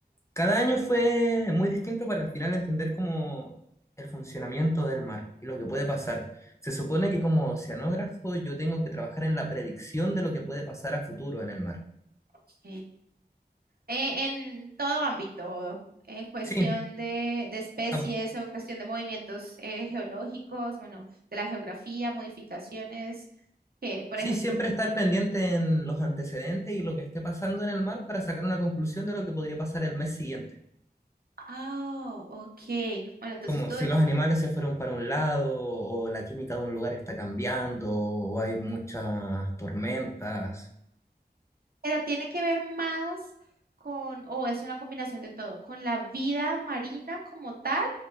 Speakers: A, on the left; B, on the right.
A: Cada año fue muy distinto para al final entender cómo el funcionamiento del mar y lo que puede pasar. Se supone que como oceanógrafo yo tengo que trabajar en la predicción de lo que puede pasar a futuro en el mar.
B: ok. Eh, en todo ámbito, en cuestión
A: Sí,
B: de, de especies
A: a-
B: o cuestión de movimientos eh, geológicos, bueno, de la geografía, modificaciones, que, por
A: sí,
B: ejemplo,
A: siempre estar pendiente en los antecedentes y lo que esté pasando en el mar para sacar una conclusión de lo que podría pasar el mes siguiente.
B: ah, ok. Bueno, entonces
A: Como
B: tú,
A: si los animales se fueron para un lado, o la química de un lugar está cambiando, o hay muchas tormentas.
B: Pero tiene que ver más con, o es una combinación de todo, con la vida marina como tal,